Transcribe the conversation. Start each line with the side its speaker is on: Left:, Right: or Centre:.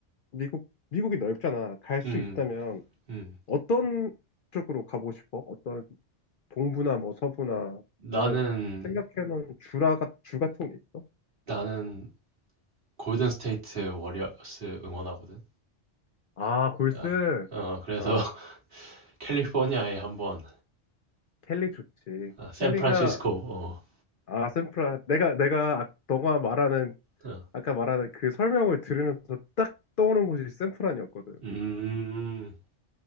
Left: 미국 미국이 넓잖아. 갈 수
Right: 음,
Left: 있다면
Right: 음.
Left: 어떤 쪽으로 가보고 싶어? 어떤 동부나 뭐 서부나
Right: 나는
Left: 아니면 생각해놓은 주라 같- 주 같은 게 있어?
Right: 나는 골든 스테이트 워리어스 응원하거든
Left: 아, 골스.
Right: 아, 어 그래서
Left: 아,
Right: <laughs> 캘리포니아에 한번
Left: 켈리 좋지.
Right: 아, 샌프란시스코.
Left: 켈리가
Right: 어.
Left: 아, 샌프란. 내가 내가 아- 너가 말하는
Right: 어.
Left: 아까 말한 그 설명을 들으면서 딱 떠오른 곳이 샌프란이었거든.
Right: 음.